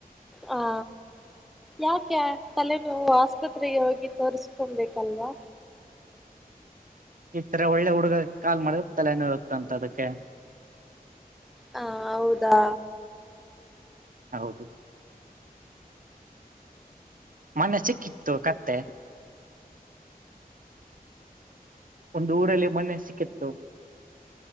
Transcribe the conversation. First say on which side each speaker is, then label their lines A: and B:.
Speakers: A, in the centre; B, on the right (about 60°).
A: ಹಾ ಯಾಕೆ ತಲೆನೋವು ಆಸ್ಪತ್ರೆಗೆ ಹೋಗಿ ತೋರಿಸಕೊಬೇಕಲ್ವಾ.
B: ಈ ತರ ಒಳ್ಳೆ ಹುಡುಗ ಕಾಲ್ ಮಾಡಿದ್ರೆ ತಲೆ ನೋವುತಂತೆ ಅದಕ್ಕೆ.
A: ಹಾ ಹೌದಾ.
B: ಹೌದು. ಮನ್ನೆ ಸಿಕ್ಕಿತ್ತು ಕತ್ತೆ. ಒಂದು ಊರಲ್ಲಿ ಮೊನ್ನೆ ಸಿಕ್ಕಿತ್ತು,